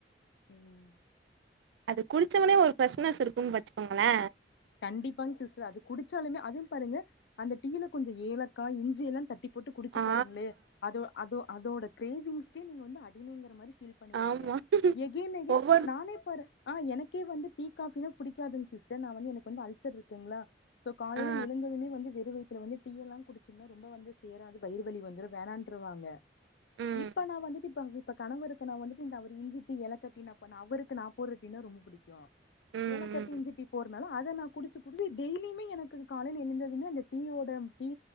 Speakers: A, on the left (about 70°); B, on the right (about 80°).
A: ம்
B: அது குடிச்சவுனே ஒரு ஃபிரஷ்னஸ் இருக்குன்னு வச்சுக்கோங்கலே
A: கண்டிப்பாங்க சிஸ்டர் அது குடிச்சாலுமே அதுவு பாருங்க அந்த டீயில கொஞ்ச ஏலக்கா இஞ்சி எல்லா தட்டி போட்டு குடிச்சு
B: ஆ
A: பாருங்களே அதோ அதோ அதோட கிரேவிங்ஸ்க்கே நீங்க வந்து அடிமைங்கிற மாரி ஃபீல் பண்ணிருவீங்க
B: ஆமாம்
A: எகைன் எகைன்
B: ஒவ்வொரு
A: நானே பாரு ஆ எனக்கே வந்து டீ காப்பினா புடிக்காதுங் சிஸ்டர் நா வந்து எனக்கு வந்து அல்சர் இருக்குங்களா சோ காலயில
B: ஆ
A: எழுந்ததுமே வந்து வெறு வயத்துல வந்து டீயெல்லா குடிச்சிங்கன்னா ரொம்ப வந்து சேராது வயிறு வலி வந்துரு வேணான்டுருவாங்க
B: ம்
A: இப்ப நா வந்துட்டு இப்ப <inaudible> இப்ப கணவருக்கு நா வந்துட்டு இந்த அவர் இஞ்சி டீ ஏலக்கா டீ நா பண்ண அவருக்கு நா போடுற டீனா ரொம்ப புடிக்கு
B: ம்
A: ஏலக்கா
B: ம்
A: டீ இஞ்சி டீ போர்னால அத நா குடிச்சு குடுச்சு டெய்லியுமே எனக்கு இது காலையில எழுந்ததுமே அந்த டீ ஓட டீ